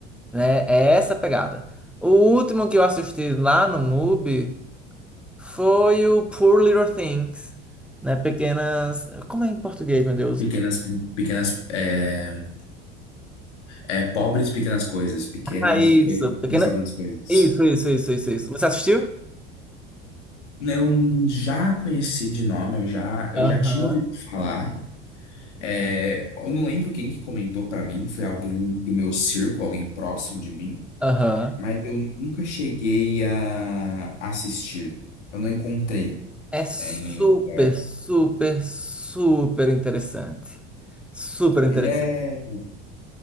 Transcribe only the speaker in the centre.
né? É essa a pegada. O último que eu assisti lá no MUBI foi o Poor Little Things, né? Pequenas... Como é em português, meu Deus?
Ah, isso,
pequena...
Isso, isso, isso, isso, isso. Você assistiu?
Aham,
aham.
É super,
super, super interessante. Super interessante.